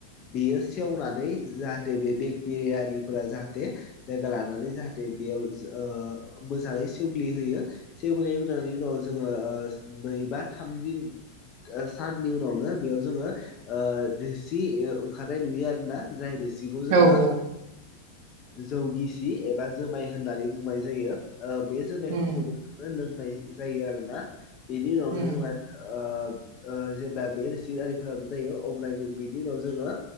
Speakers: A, on the left; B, on the right.
A: बेयो सेवनानै जाहाथे बे बेक्टेरियारिफोरा जाहाथे जायगा लानानै जाहाथे बेयाव ओ मोजाङै सेवग्लिहोयो। सेवगल एनि उनाव जोङो ओ नै बा थाम दिन साननि उनावनो बेयाव जोङो ओ रोसि ओंखारनाय नुयो आरोना। जा रोसिखौ
B: औ
A: जोङो
B: औ
A: जौ गिसि एबा जोमाय होननानै बुंनाय जायो बे जोमायफोरखौबो
B: उम
A: लोंनाय जायो आरोना बेनि उनावनो
B: उम
A: जोंहा ओ ओ जेब्ला बे रोसिआरिफोराबो जायो अब्ला बेनि उनाव जोङो